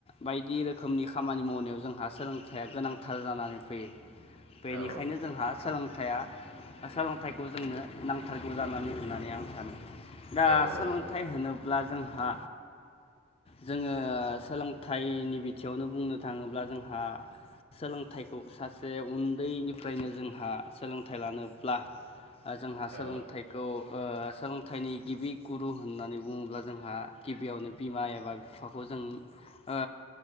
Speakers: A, on the left; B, on the right.
A: बायदि रोखोमनि खामानि मावनायाव जोंहा सोलोंथाइया गोनांथार जानानै फैयो बेनिखायनो
B: औ
A: जोंहा सोलोंथाइया सोलोंथाइखौ जोंनो नांथारगौ जानानै होननानै आं सानो दा
B: औ
A: सोलोंथाइ
B: औ नंगौ
A: होनोब्ला ब्ला जोंहा जोंङो सोलोंथाइनि बि थिंयावनो बुंनो थांङोब्ला जोंहा सोलोंथाइखौ सासे उन्दैनिफ्रायनो जोंहा सोलोंथाइ लानोब्ला ओ जोंहा
B: औ
A: सोलोंथाइखौ
B: नंगौ औ
A: ओ सोलोंथाइनि गिबि गुरु होननानै बुंङोब्ला जोंहा गिबियावनो बिमा एबा बिफाखौ जों ओ